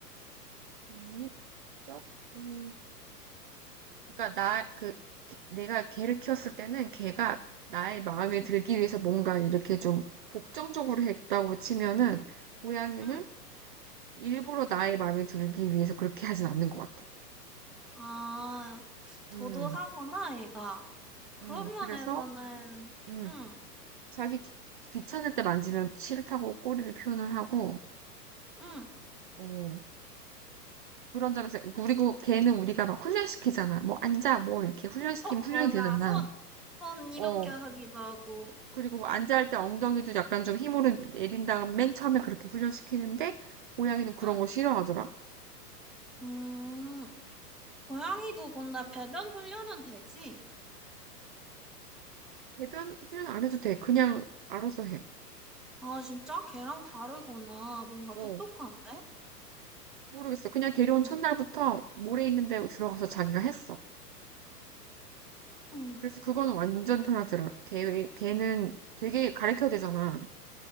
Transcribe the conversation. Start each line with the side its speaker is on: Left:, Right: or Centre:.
Right: 독립적? 음, 그러니까 나, 그, 개- 내가 걔를 키웠을 때는 걔가 나의 마음에
Centre: 응,
Right: 들기 위해서 뭔가 이렇게 좀 복정적으로 했다고 치면은 고양이는
Centre: 응.
Right: 일부러 나의 마음에 들기 위해서 그렇게 하진 않는 것 같아.
Centre: 아, 도도하구나,
Right: 음,
Centre: 얘가. 그런
Right: 음,
Centre: 면에서는,
Right: 그래서, 음,
Centre: 응,
Right: 자기 귀, 귀찮을 때 만지면 싫다고 꼬리를 표현을 하고,
Centre: 응.
Right: 어, 그런 점에서 그리고 걔는 우리가 막 훈련시키잖아. 뭐 앉아 뭐 이렇게 훈련시키면
Centre: 어,
Right: 훈련이 되잖아.
Centre: 맞아. 손, 손 이렇게
Right: 어.
Centre: 하기도 하고.
Right: 그리고 뭐 앉아 할 때 엉덩이도 약간 좀 힘으로 내린 다음 맨 처음에 그렇게 훈련시키는데 고양이는 그런
Centre: 응.
Right: 거 싫어하더라.
Centre: 음, 고양이도 근데 배변 훈련은 되지?
Right: 배변 훈련 안 해도 돼. 그냥 알아서 해.
Centre: 아, 진짜? 걔랑 다르구나. 뭔가
Right: 어.
Centre: 똑똑한데?
Right: 모르겠어. 그냥 데려온
Centre: 음,
Right: 첫날부터 모래 있는 데 들어가서 자기가 했어.
Centre: 음,
Right: 그래서 그거는 완전 편하더라. 걔 걔는 되게 가르쳐야 되잖아.